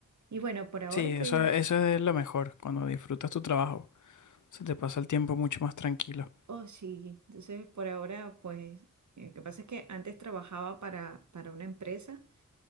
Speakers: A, on the right; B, on the left.
A: Y bueno, por ahora
B: Sí,
A: estoy
B: eso, eso es lo mejor, cuando disfrutas tu trabajo. Se te pasa el tiempo mucho más tranquilo.
A: Oh, sí. Entonces, por ahora, pues, eh, lo que pasa es que antes trabajaba para, para una empresa.